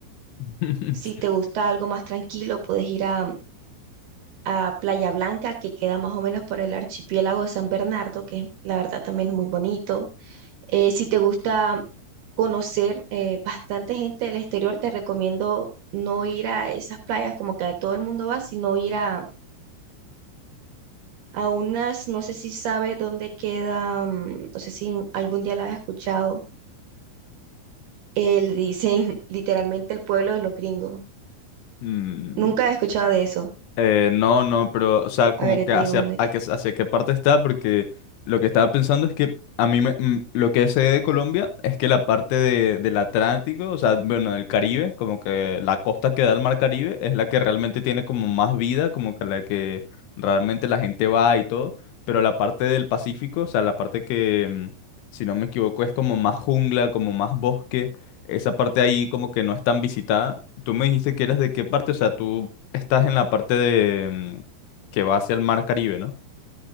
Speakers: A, on the left (about 75°); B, on the right (about 65°).
A: <laughs>
B: Si te gusta algo más tranquilo, puedes ir a, a Playa Blanca, que queda más o menos por el archipiélago de San Bernardo, que la verdad también es muy bonito. Eh, si te gusta conocer eh, bastante gente del exterior, te recomiendo no ir a esas playas como que a todo el mundo va, sino ir a a unas, no sé si sabe dónde queda, mm, no sé si algún día la has escuchado, eh, le dicen <laughs> literalmente el pueblo de los gringos.
A: mm,
B: Nunca he escuchado de eso.
A: eh, no, no, pero, o sea, como
B: A ver, ya
A: que
B: te
A: hacia,
B: digo dónde.
A: a
B: que-
A: que- hacia qué parte está, porque lo que estaba pensando es que a mí me- mm, lo que sé de Colombia es que la parte de, del Atlántico, o sea, bueno, del Caribe, como que la costa que da al mar Caribe es la que realmente tiene como más vida, como que la que realmente la gente va y todo, pero la parte del Pacífico, o sea, la parte que, mm, si no me equivoco, es como más jungla, como más bosque. Esa parte ahí como que no es tan visitada. Tú me dijiste que eras de qué parte, o sea, tú estás en la parte de mm, que va hacia el mar Caribe, ¿no?